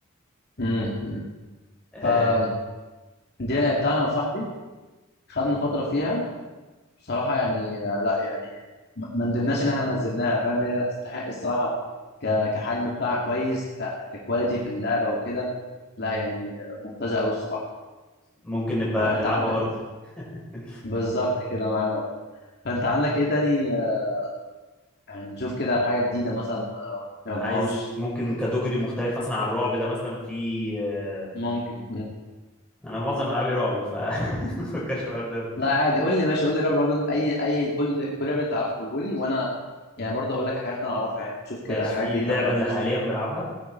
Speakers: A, on the left; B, in the centre.
A: امم
B: آه،
A: فدي انا بتاعنا وصاحبي خدنا فتره فيها بصراحه يعني آه، لا يعني ما ما ندمناش ان احنا نزلناها فاهم هي تستحق الصراحه ك- كحجم بتاعها كويس ك- ككواليتي في اللعبه وكده لا يعني آه، ممتازه قوي الصراحه
B: ممكن نبقى
A: فانت
B: نلعبها
A: عندك
B: برضو
A: آه،
B: <laughs>
A: بالظبط كده معانا أهو. فانت عندك ايه تاني آه، يعني نشوف كده حاجه جديده مثلا آه، ما
B: عايز
A: جربناهاش
B: ممكن كاتيجوري مختلف مثلا عن الرعب ده مثلا في آه،
A: ممكن
B: انا معظم العابي رعب ف <laughs> مفكرش في الحوار ده
A: لا عادي قول لي ماشي قول لي رعب برضه اي اي كل كل رعب انت تعرفه قوله لي وانا يعني برضه اقول لك الحاجات اللي انا اعرفها يعني نشوف
B: ماشي
A: كده حاجات
B: في
A: جديده
B: لعبه
A: ما لعبناش
B: اللي حاليا بلعبها